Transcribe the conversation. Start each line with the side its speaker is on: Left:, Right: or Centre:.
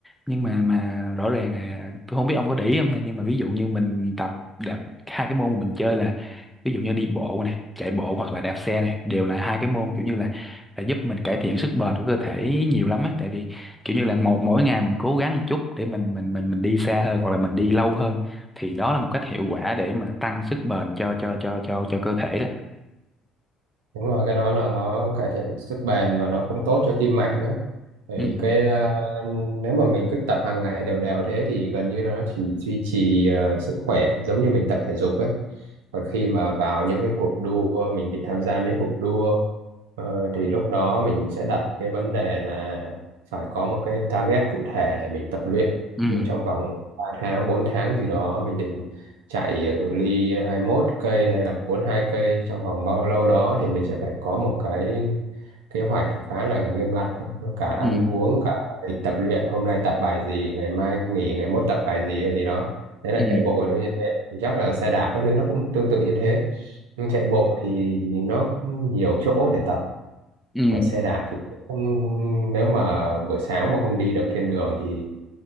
Centre: nhưng mà mà rõ ràng là tôi không biết ông có để ý không nha nhưng mà ví dụ như mình tập đạp hai cái môn mà mình chơi là ví dụ như đi bộ nè chạy bộ hoặc là đạp xe nè đều là hai cái môn kiểu như là là giúp mình cải thiện sức bền của cơ thể nhiều lắm á tại vì kiểu như là một mỗi ngày mình cố gắng một chút để mình mình mình mình đi xa hơn hoặc là mình đi lâu hơn thì đó là một cách hiệu quả để mà tăng sức bền cho cho cho cho cho cơ thể đó
Right: Đúng rồi, cái đó là nó cải thiện sức bền và nó cũng tốt cho tim mạch nữa. Bởi
Centre: ừ
Right: vì cái ờ, nếu mà mình cứ tập hàng ngày đều đều thế thì gần như là nó chỉ duy trì ờ, sức khỏe giống như mình tập thể dục ấy. Còn khi mà vào những cái cuộc đua mình định tham gia mấy cuộc đua ờ, thì lúc đó mình sẽ đặt cái vấn đề là phải có một cái target cụ thể để mình tập luyện.
Centre: ừ
Right: Nhưng trong vòng 3 tháng, 4 tháng gì đó mình định chạy ờ, cự ly hai mốt cây hay là bốn hai cây trong vòng bao lâu đó thì mình sẽ phải có một cái kế hoạch khá là nghiêm ngặt cả ăn
Centre: ừ
Right: uống cả lịch tập luyện hôm nay tập bài gì ngày mai nghỉ ngày mốt tập bài gì hay gì đó đấy là
Centre: ừ
Right: chạy bộ của tôi như thế thì chắc là xe đạp các thứ nó cũng tương tự như thế Nhưng chạy bộ thì nó nhiều chỗ để tập
Centre: ừ
Right: còn xe đạp thì không, không- nếu mà buổi sáng mà không đi được trên đường thì